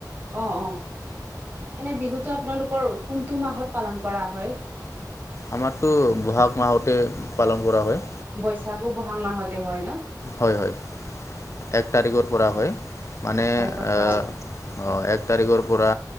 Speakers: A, on the right; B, on the left.
A: অ' অ' এনে বিহুটো আপোনালোকৰ কোনটো মাহত পালন কৰা হয়?
B: আমাৰতো বহাগ মাহতে পালন কৰা হয়।
A: বৈশাগু ব'হাগ মাহতে হয় ন?
B: হয় হয় এক তাৰিখৰ পৰা হয়। মানে
A: তাৰিখত
B: অ'
A: কৰা হয়
B: অঁ এক তাৰিখৰ পৰা